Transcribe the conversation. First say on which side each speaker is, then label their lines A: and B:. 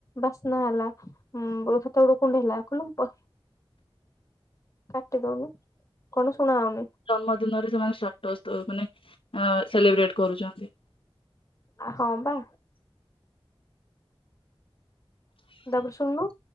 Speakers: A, on the left; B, on the left.
A: ବାସ୍ ସ୍ନା ହେଲା ଉଁ ରୋ ସେତବେଳକୁ ପୁଣି ଦେଖିଲା କହିଲା ମୁଁ ପ କାଟି ଦଉନୁ କଣ ଶୁଣା ଯାଉନି।
B: ଜନ୍ମଦିନରେ ସେମାନେ ଷ୍ଟାଟସ୍ ଦଉ ମାନେ ଅଁ ସେଲିବ୍ରେଟ କରୁଚନ୍ତି।
A: ଆ ହଁ ବା। ତାପରେ ଶୁଣୁନୁ।